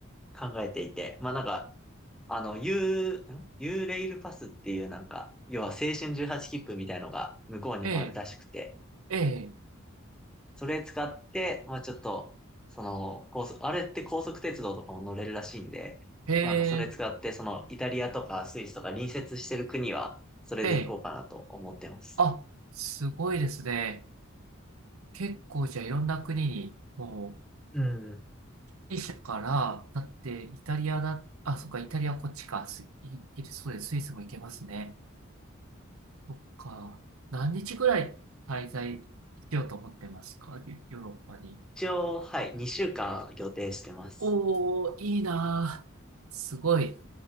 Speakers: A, in the centre; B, on the right (about 85°).
A: 考えていて、まあなんかあの、U、ん U レイルパスっていうなんか、要は青春18切符みたいのが向こうにもあるらしくて、
B: ええ、ええ。
A: それ使って、まあちょっと、その、高速、あれって高速鉄道とかも乗れるらしいんで、
B: へえ、
A: なんかそれ使って、その、イタリアとかスイスとか隣接してる国は、それで行こうかなと思ってます。
B: ええ。あ、すごいですね。結構じゃあいろんな国に、もう、
A: うん。
B: ギリシャから、だってイタリアだ、あ、そっか、イタリアこっちか、スイ、イギリスそうです、スイスも行けますね。そっか、何日ぐらい滞在しようと思ってますか、ヨヨーロッパに。
A: 一応、はい、2週間予定してます。
B: おー、いいなー。すごい、